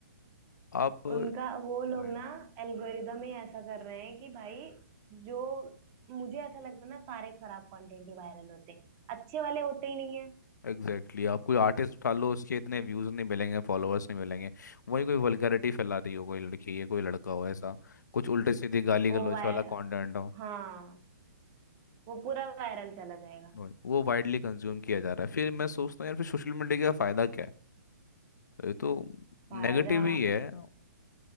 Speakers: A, on the left; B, on the right.
A: आप
B: उनका वो
A: हम्म।
B: लोग ना एल्गोरिदम ही ऐसा कर रहे हैं कि भाई जो मुझे ऐसा लगता है ना सारे खराब कंटेंट ही वायरल होते हैं अच्छे वाले होते ही नहीं है
A: Exactly exactly. आप कोई आर्टिस्ट उठा लो उसके इतने व्यूज नहीं मिलेंगे फॉलोअर्स नहीं मिलेंगे वही कोई वल्गैरिटी फैलाती हो कोई लड़की या कोई लड़का हो ऐसा कुछ उल्टे सीधे गाली
B: वो
A: गलौच
B: वाय
A: वाला कंटेंट हो
B: हाँ वो पूरा वायरल चला जाएगा
A: वही- वो वाइडली कंज्यूम किया जा रहा है फिर मैं सोचता हूँ यार फिर सोशल मीडिया का फायदा क्या है तो ये तो
B: फायदा
A: नेगेटिव ही है